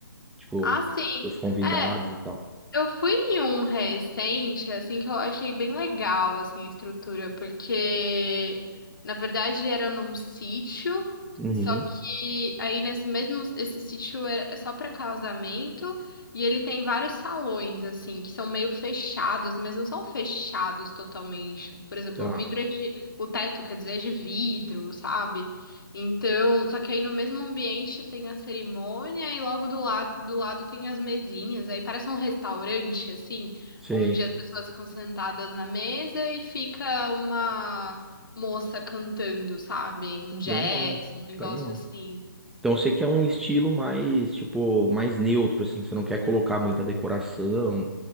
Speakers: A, in the centre; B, on the left.
A: Tipo,
B: Ah, sim.
A: os convidados
B: É,
A: e tal.
B: eu fui em um recente, assim, que eu achei bem legal, assim, a estrutura, porque, na verdade, era num sítio,
A: Uhum.
B: só que aí nesse mesmo, esse sítio é é só pra casamento, e ele tem vários salões, assim, que são meio fechados, mas não são fechados totalmente. Por exemplo,
A: Tá.
B: o vidro é de, o teto, quer dizer, é de vidro, sabe? Então, só que aí no mesmo ambiente tem a cerimônia e logo do lado, do lado tem as mesinhas. Aí parece um restaurante, assim,
A: Sei.
B: onde as pessoas ficam sentadas na mesa e fica uma moça cantando, sabe? Um jazz,
A: Legal,
B: um negócio
A: legal.
B: assim.
A: Então você quer um estilo mais, tipo, mais neutro, assim, você não quer colocar muita decoração,